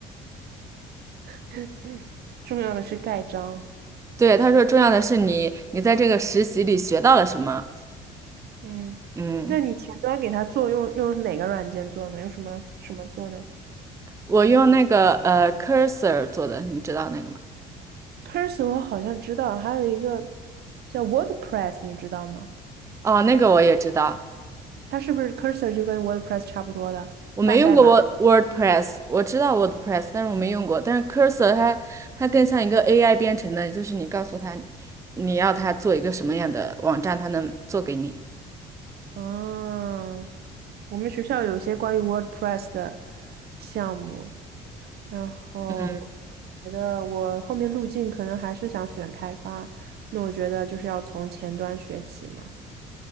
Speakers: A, on the right; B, on the right.
A: <laughs> 重要的是盖章。
B: 对，他说重要的是你你在这个实习里学到了什么。
A: 嗯，
B: 嗯，
A: 那你前端给他做用用哪个软件做呢？用什么什么做呢？
B: 我用那个呃 Cursor 做的，你知道那个吗？
A: Cursor 我好像知道，还有一个叫 WordPress，你知道吗？
B: 哦，那个我也知道，
A: 它是不是 Cursor 就跟 WordPress 差不多的半代码的？
B: 我没用过 Word WordPress，我知道 WordPress，但是我没用过。但是 Cursor 它它更像一个 AI 编程的，就是你告诉它你要它做一个什么样的网站，它能做给你。
A: 啊，我们学校有些关于 WordPress 的项目，然后觉得我后面路径可能还是想选开发，
B: 嗯，
A: 那我觉得就是要从前端学起嘛，